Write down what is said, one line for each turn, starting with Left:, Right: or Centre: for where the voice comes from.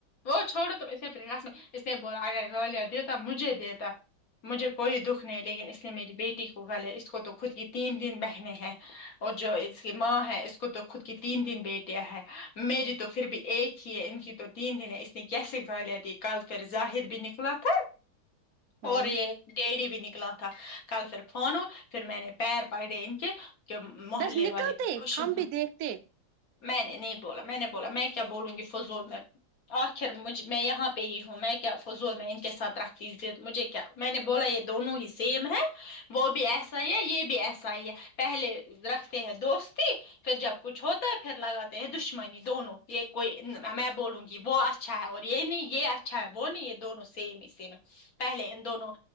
Left: وہ چھوڑو تو اس نے میں اس نے بولا اگر گالیا ں دیتا مجھے دیتا مجھے کوئی دکھ نہیں لیکن اس نے میری بیٹی کو گالیاں ہے اس کو تو خود کی تین دن بہنے ہے اور جو اس کی ماں ہے اس کو تو خود کی تین تین بیٹیاں ہے میری تو پھر بھی ایک ہی ہے ان کی تو تین تین اس لیے کیسے کہ لیا کہ کل پھرظاہر بھی نکلا تھا
Right: ہوں
Left: اور یہ ڈیڑی بھی نکلا تھا کل پھر فورا پھر میں نے پیر پکڑے ان کے کہ محلے
Right: بس نکلتے
Left: والے پھر خوش
Right: ہم
Left: ہو
Right: بھی دیکھتے
Left: میں نے نہیں بولا میں نے بولا میں کیا بولوں گی فضول میں آخر مجھ میں یہاں پہ ہی ہوں میں کیا فضول میں ا ان کے ساتھ رہتی پھر مجھے کیا میں نے بولا یہ دونوں ہی سیم ہے وہ بھی ایسا ہی ہے یہ بھی ایسا ہی ہے پہلے رکھتے ہیں دوستی پھر جب کچھ ہوتا ہے پھر لگاتے ہیں دشمنی دونوں یہ کوئی میں بولوں گی وہ اچھا ہے اور یہ نہیں یہ اچھا ہے وہ نہیں یہ دونوں سیم ہی سیم ہے پہلے ان دونوں